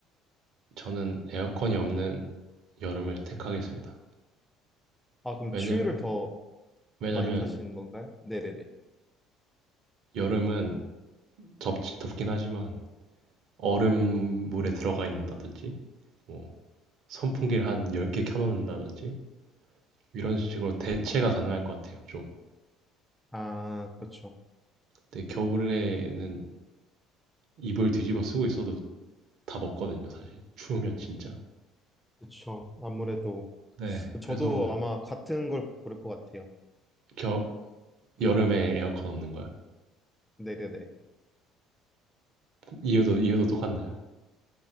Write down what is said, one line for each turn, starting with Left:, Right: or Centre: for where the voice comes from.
Right: 저는 에어컨이 없는 여름을 택하겠습니다.
Centre: 아, 그럼
Right: 왜냐,
Centre: 추위를 더
Right: 왜냐면
Centre: 많이 타시는 건가요? 네네네.
Right: 여름은 덥, 덥긴 하지만 얼음물에 들어가 있는다든지 뭐 선풍기를 한 10개 켜놓는다든지 이런
Centre: 음,
Right: 식으로 대체가 가능할 것 같아요, 좀.
Centre: 아, 그렇죠.
Right: 근데 겨울에는 이불 뒤집어 쓰고 있어도 답 없거든요, 사실. 추우면 진짜.
Centre: 그렇죠. 아무래도
Right: 네,
Centre: 저도
Right: 그래서
Centre: 아마 같은 걸 고를 것 같아요.
Right: 겨, 여름에 에어컨 없는 거야.
Centre: 네네네.
Right: 이유도, 이유도 똑같나요?